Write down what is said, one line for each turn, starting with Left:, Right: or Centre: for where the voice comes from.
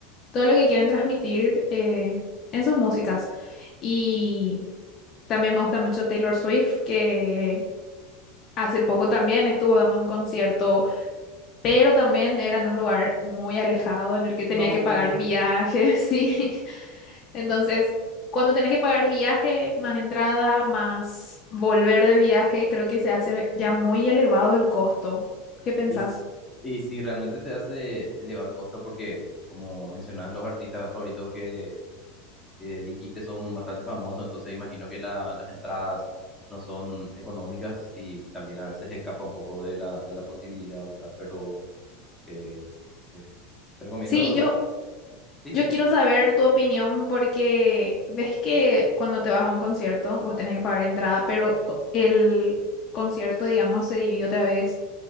Left: todo lo que quieren transmitir eh, en sus músicas. Y también me gusta mucho Taylor Swift, que Hace poco también estuvo dando un concierto, pero también era en un lugar muy alejado en el que tenía
Centre: No.
Left: que pagar viajes, <laughs> sí. Entonces, cuando tenés que pagar viaje, más entrada, más volver del viaje, creo que se hace ya muy elevado el costo. ¿Qué pensás?
Centre: Y, s- y si realmente se hace elevado el costo, porque como mencionabas, los artistas favoritos que, que dijiste son bastante famosos, entonces imagino que la- las entradas no son económicas y también a veces escapa un poco de la, de la posibilidad, ¿verdad? Pero eh, eh, te recomiendo,
Left: Sí, yo,
Centre: sí,
Left: yo
Centre: decime.
Left: quiero saber tu opinión porque ves que cuando te vas a un concierto, vos tenés que pagar entrada, pero el concierto, digamos, se divide otra vez.